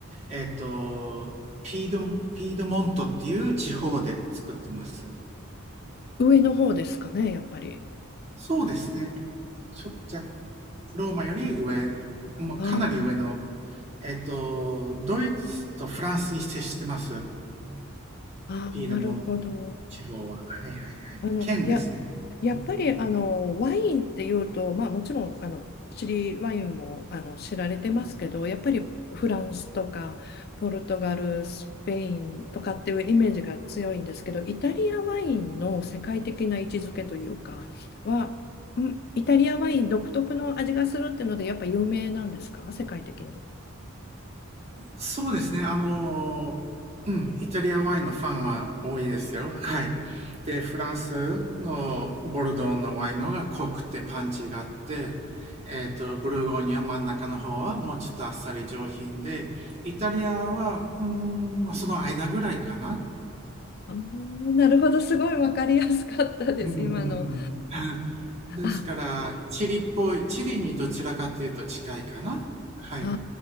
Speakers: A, on the right; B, on the left.
A: えっ、と、ピード、ピードモントっていう地方で作ってます。
B: 上の方ですかね、やっぱり。
A: そうですね。ちょっと、ローマより上、もうかなり上の、
B: あー
A: えっと、ドイツとフランスに接してます。
B: あー、
A: ピードモント
B: あなるほど。
A: 地方は。はいはいはい。
B: あの、
A: 県ですね。
B: いや、やっぱり、
A: うんうんうん。
B: あの、ワインっていうと、まあ、もちろん、あの、チリワインも、あの、知られてますけど、やっぱりフランスとか、ポルトガル、スペインとかっていうイメージが強いんですけど、イタリアワインの世界的な位置づけというか、は、んイタリアワイン独特の味がするっていうので、やっぱ有名なんですか、世界的に。
A: そうですね。あの、うん、イタリアワインのファンは多いですよ。はい。で、フランスのボルドーのワインの方が濃くてパンチがあって、えっと、ブルゴーニュは真ん中の方はもうちょっとあっさり上品で、イタリアは、うーん、まあその間ぐらいかな。
B: あーなるほど、すごいわかりやすかったです、
A: うんうんう
B: 今の。
A: んうん。<laughs> ですから、
B: あ、
A: チリっぽい、チリにどちらかというと近いかな。はい。
B: あ